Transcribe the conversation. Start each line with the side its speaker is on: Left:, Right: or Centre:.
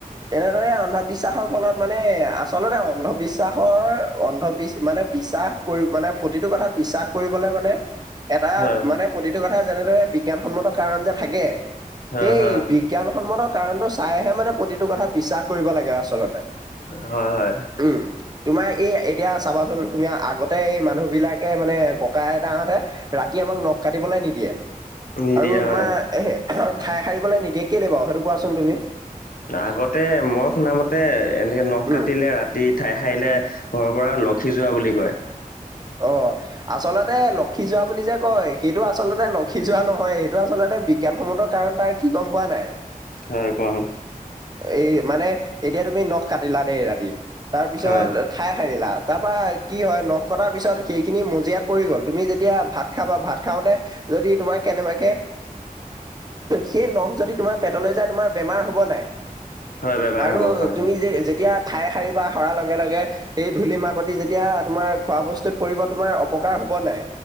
Right: তেনেদৰে অন্ধবিশ্বাসৰ ফলত মানে আচলতে অন্ধবিশ্বাসৰ অন্ধবিচ মান মানে বিশ্বাস কৰি মানে প্ৰতিটো কথাত বিশ্বাস কৰিবলে মানে এটা
Left: হয়
Right: মানে প্ৰতিটো কথা যেনেদৰে বিজ্ঞানসন্মত কাৰণ যে থাকে
Left: হয়
Right: সেই
Left: হয়
Right: বিজ্ঞানসন্মত কাৰণটো চাইহে মানে প্ৰতিটো কথাত বিশ্বাস কৰিব লাগে আচলতে।
Left: হয় হয়।
Right: উম। তোমাৰ এই এতিয়া চাবাচোন তুমি আগতে এই মানুহ বিলাকে মানে ককা আইতাহঁতে ৰাতি তোমাক নখ কাটিবলৈ নিদিয়ে।
Left: নিদিয়ে
Right: আৰু তোমাৰ
Left: হয়
Right: ঠাই সাৰিবলৈ নিদিয়ে, কেলৈ বাৰু সেইটো কোৱাচোন তুমি।
Left: আগতে মই শুনামতে, এনেকে নখ
Right: উম।
Left: কাটিলে ৰাতিত ঠাই সাৰিলে ঘৰৰ পৰা লক্ষী যোৱা বুলি কয়।
Right: অ', আচলতে ল লক্ষী যোৱা বুলি যে কয়, সেইটো আচলতে লক্ষী যোৱা নহয়, সেইটো আচলতে বিজ্ঞানসন্মত কাৰণ তাৰ কি গম পোৱা নাই।
Left: হয় কোৱাচোন।
Right: এই মানে এতিয়া তুমি নখ কাটিলা দেই ৰাতি তাৰপিছত
Left: হয়
Right: ঠাই সাৰিলা, তাৰপৰা কি হয় নখ কটাৰ পিছত সেইখিনি মজিয়াত পৰি গ'ল, তুমি যেতিয়া ভাত খাবা ভাত খাওঁতে যদি তোমাৰ কেনেবাকে সেই নখ যদি তোমাৰ পেটলৈ যায় তোমাৰ বেমাৰ হ'ব নাই?
Left: হয় বেমাৰ
Right: আৰু
Left: হ'ব হয়
Right: তুমি
Left: হয়
Right: যে-যেতিয়া ঠাই সাৰিবা সৰাৰ লগে লগে সেই ধূলি মাকতি যেতিয়া তোমাৰ খোৱা বস্তুত পৰিব, তোমাৰ অপকাৰ হ'ব নাই,